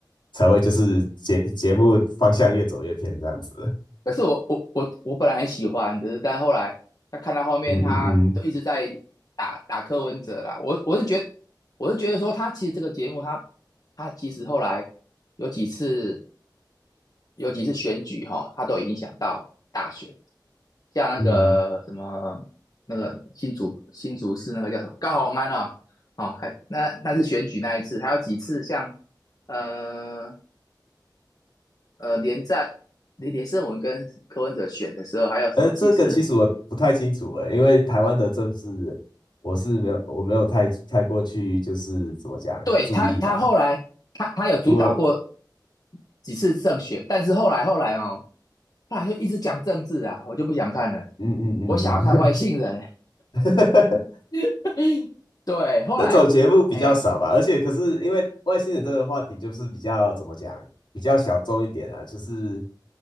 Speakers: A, on the left; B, on the left.
A: 才会就是节节目方向越走越偏这样子。
B: 可是我我我我本来很喜欢，只是但后来他看到后面，
A: 嗯嗯嗯
B: 他都一直在打打柯文哲啦。我我是觉得，我是觉得说他其实这个节目他，他其实后来有几次有几次选举哈、他都有影响到大选，像那个什么那个新竹新竹市那个叫什么高虹安啊、
A: 嗯，
B: 哦，还那那是选举那一次，还有几次像呃呃，连战连连胜文跟柯文哲选的时候，还有什么几次？
A: 呃，这个其实我不太清楚诶，因为台湾的政治我是没有我没有太太过去就是怎么讲注意啦，
B: 对他，他后来他他有主导过
A: 因为
B: 几次胜选，但是后来后来哦，后来就一直讲政治啊，我就不想看了，
A: 嗯嗯嗯嗯，
B: 我想要看外星人。
A: <laughs>
B: <laughs> 对，后来哎
A: 那种节目比较少吧，而且可是因为外星人这个话题就是比较怎么讲，比较小众一点啊，就是